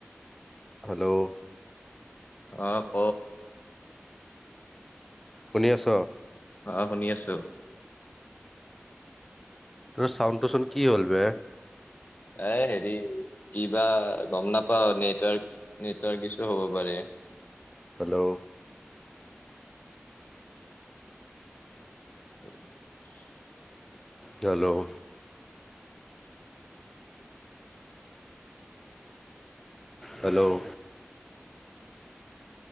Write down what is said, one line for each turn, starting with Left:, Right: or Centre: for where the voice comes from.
Centre: হেল্ল'
Left: উম ক
Centre: শুনি আছ
Left: অ শুনি আছো।
Centre: তোৰ চাউণ্ড টো চন কি হল বে
Left: আহ হেৰি কিবা গম নাপাও নেটৱৰ্ক নেটৱৰ্ক ইছু হ'ব পাৰে
Centre: হেল্ল'
Left: <unintelligible>
Centre: হেল্ল' হেল্ল'